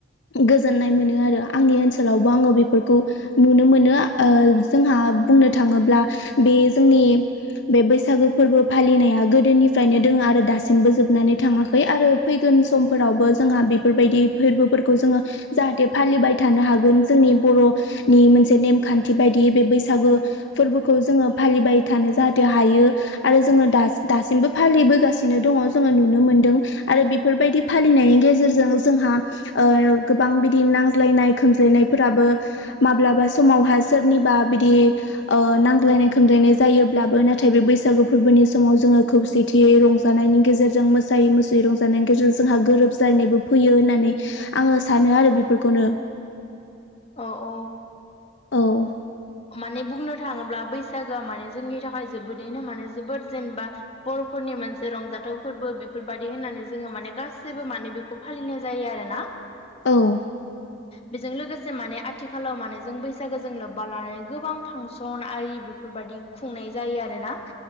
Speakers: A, on the left (about 65°); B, on the left (about 30°).
A: गोजोननाय मोनो आरो आंनि ओनसोलाव लावबो
B: औ
A: आङो बेफोरखौ नुनो मोनो जोंहा बुंनो थाङोब्ला बे जोंनि बे बैसागो फोरबो फालिनाया गोदोनिफ्रायनो दोङो आरो दासिमबो जोबनानै थाङाखै आरो फैगोन सम फोरावबो जोंहा बेफोरबायदि फोरबोफोरखौ जोङो जाहाथे फालिबाय थानो हागोन जोंनि बर' नि मोनसे नेमखान्थि बायदियै बे बैसागो फोरबोखौ जोङो फालिबाय थानो जाहाथे हायो आरो जोङो दासिमबो फालिबोगासिनो दङ जोङो नुनो मोनदों आरो बेफोरबायदि। फालिनायनि गेजेरजों जोंहा गोबां बिदि नांज्लायनाय खोमज्लायनायफोराबो माब्लाबा समावहा सोरनिबा बिदि नांज्लायनाय खम्लायनाय जायोब्लाबो नाथाय बे बैसागो फोरबोनि समाव जोङो खौसेथियै रंजानायनि गेजेरजों मोसायै मोसुयै रंजानायनि गेजेरजों जोंहा गोरोब जायनायबो फैयो होननानै आङो सानो आरो बेफोरखौनो।
B: औ औ
A: औ
B: माने बुंनो थाङोब्ला बैसागोआ माने जोंनि थाखाय जोबोदैनो माने जोबोद जेनेबा बर'फोर फोरनि मोनसे रंजाथाव फोरबो बेफोरबायाददि होननानै जोङो माने गासैबो माने बेखौ फालिनाय जायो आरो ना।
A: औ
B: बेजों लोगोसे माने आथिखालाव माने जों बैसागोजों लोब्बा लानानै गोबां फांसन आरि बेफोरबायाददि खुंनाय जायो आरोना